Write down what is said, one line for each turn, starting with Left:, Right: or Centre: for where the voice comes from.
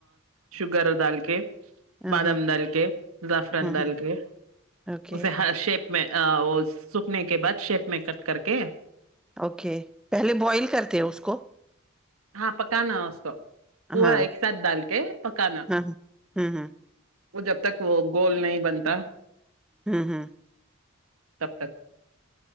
Right: شوگر ڈال کے
Centre: ہاں
Right: بادام
Centre: ہاں
Right: ڈال کےظعفران
Centre: ہاں
Right: ڈال
Centre: ہاں
Right: کے
Centre: اوکے
Right: اسے ہر شیپ میں وہ سوکھنے کے بعد شیپ میں کٹ کر کے
Centre: اوکے پہلے بوائل کرتے ہیں اس کو
Right: ہاں پکان اسسکو پوڑا
Centre: ہاں ہاں
Right: ایک ساتھ ڈال کے پکانا
Centre: ہاں ہوں ہوں
Right: وہ جب تک وہ گول نہیں بنتا
Centre: ہاں ہاں
Right: تب تک